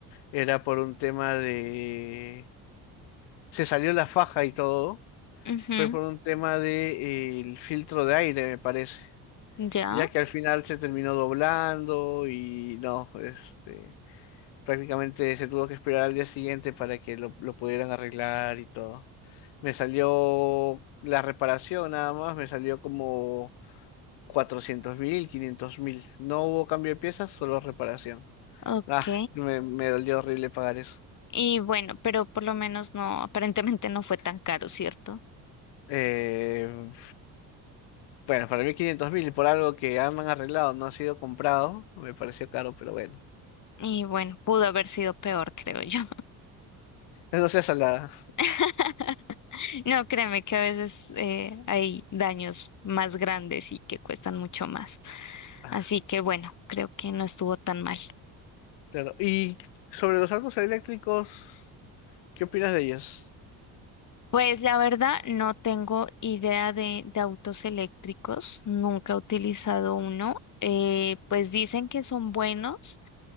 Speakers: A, on the left (about 85°); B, on the left (about 45°).
A: era por un tema de... Se salió la faja y todo,
B: Ujú,
A: fue por un tema de, eh, el filtro de aire, me parece,
B: Ya,
A: ya que al final se terminó doblando y no, este, prácticamente se tuvo que esperar al día siguiente para que lo, lo pudieran arreglar y todo. Me salió la reparación nada más, me salió como 400 mil, 500 mil. No hubo cambio de piezas, solo reparación.
B: ok.
A: Ah, me, me dolió horrible pagar eso.
B: Y bueno, pero por lo menos no, aparentemente no fue tan caro, ¿cierto?
A: Eh, Bueno, para mí 500 mil por algo que han arreglado, no ha sido comprado, me pareció caro, pero bueno.
B: Y bueno, pudo haber sido peor, creo yo.
A: No sea salada.
B: <laughs> No, créeme que a veces eh, hay daños más grandes y que cuestan mucho más.
A: Ah,
B: Así que bueno, creo que no estuvo tan mal.
A: claro. Y sobre los autos eléctricos, ¿qué opinas de ellos?
B: Pues la verdad no tengo idea de, de autos eléctricos, nunca he utilizado uno. Eh, pues dicen que son buenos,